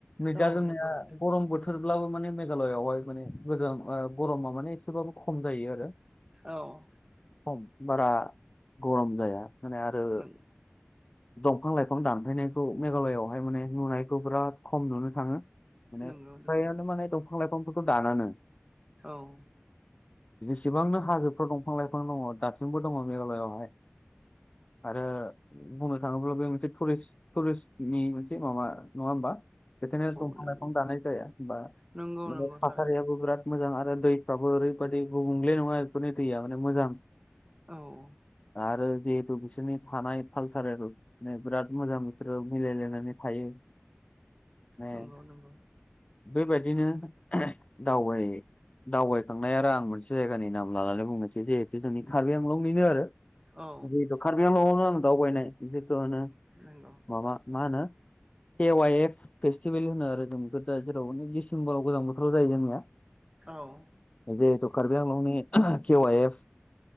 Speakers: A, on the left; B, on the right.
A: नै
B: औ
A: दा जोंनिया
B: नंगौ नंगौ
A: गरम बो थोरब्लाबो माने मेघालयावहाय माने गोजान गरमा माने एसेबाबो खम जायो आरो।
B: औ
A: खम बारा गरम जाया माने आरो
B: नंगौ
A: दंफां लाइफां दानफायनायखौ मेघालयावहाय माने नुनायखौ बिराद खम नुनो थाङो। माने
B: नंगौ
A: फ्रायानो माने दंफां लाइफांफोरखौ दानानानै
B: औ
A: जिसिबांनो हाजोफ्राव दंफां लाइफां दङ दासिमबो दङ मेघालयावहाय आरो बुंनो थाङोब्ला बे मोनसे टुरिस्ट टुरिस्टनि मोनसे माबा नङा होमबा? बिखायनो दंफां
B: नंगौ
A: लाइफां दानाय जाया बा
B: नंगौ
A: माने
B: नंगौ थारैनो
A: थासारियाबो बिराद मोजां आरो दैफ्राबो ओरैबायादि गुबुंले नङा एफोरनि दैया माने मोजां
B: औ
A: आरो जिहेतु बिसिनि थानाय कालसारेलनो बिराद मोजां बिसोरो मिलायलायनानै थायो <unintelligible>
B: नंगौ नंगौ
A: बैबायदिनो दावबाय दावबायखांनाय आरो आं मोनसे जायगानि नाम लानानै बुंनोसै जिहेथु जोंनि कार्बि आंलंनिनो आरो
B: औ
A: जिथु कारबि आंलंआवनो आं दावबानाय जिथु होनो
B: नंगौ
A: माबा मा होनो के वाइ एफ फेस्टिभेल होनो आरो जों बेफोर दा जेराव माने दिसेम्बराव गोजां बोथोराव जायो जोंनिया
B: औ
A: जिहेतु कार्बि आंलंनि K Y F